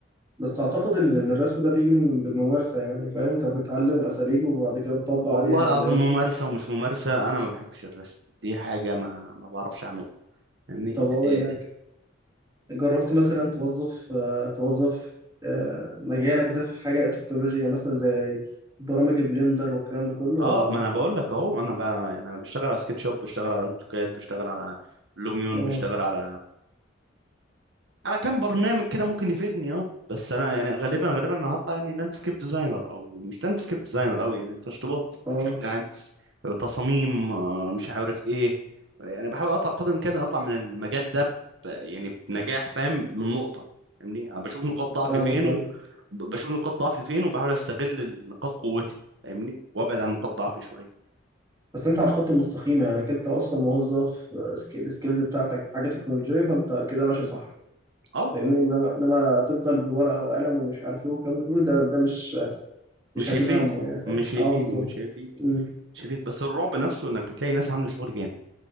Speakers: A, on the right; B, on the right.
A: بس اعتقد ان إن الرسم ده بيجي بال- بالممارسه يعني فاهم انت بتتعلم اساليب وبعد كده بتطبق
B: والله
A: عليها ولا
B: العظيم
A: ايه
B: ممارسه ومش ممارسه انا ما بحبش الرسم دي حاجه ما ما بعرفش اعملها فاهمني
A: طب
B: ده-
A: اقول
B: إيه.
A: لك جربت مثلا توظف آه توظف آه مجالك ده في حاجه تكنولوجيا مثلا زي برامج بلندر والكلام ده كله
B: اه
A: ولا
B: ما انا بقول لك اهو انا بقى يعني انا بشتغل على سكتش اب بشتغل على اوتوكاد بشتغل على لوميون
A: اه
B: بشتغل على على كام برنامج كده ممكن يفيدني اه بس انا يعني غالبا غالبا انا هطلع يعني لاندسكيب ديزاينر او مش لاندسكيب ديزاينر قوي يعني تشطيبات
A: اه
B: بشكل عام تصاميم آه، مش عارف ايه يعني بحاول اطلع بقدر الامكان اطلع من المجال ده ب... يعني بنجاح فاهم من نقطة فاهمني انا بشوف نقاط ضعفي
A: فاهمك
B: فين
A: اه
B: و... ب- بشوف نقاط ضعفي فين وبحاول استغل نقاط قوتي فاهمني وابعد عن نقاط ضعفي شوية
A: بس انت على الخط المستقيم يعني انت اصلا موظف آه، سكي- السكيلز بتاعتك في حاجه تكنولوجيه فانت كده ماشي صح
B: اه
A: فاهمني انما انما تفضل بورقه وقلم ومش عارف ايه والكلام ده كله ده ده مش مش
B: مش
A: هجيب
B: هيفيد
A: همه يعني فاهم
B: مش هيفيد
A: اه بالظبط
B: مش هيفيد
A: أمم.
B: مش هيفيد بس الرعب نفسه انك بتلاقي ناس عامله شغل جامد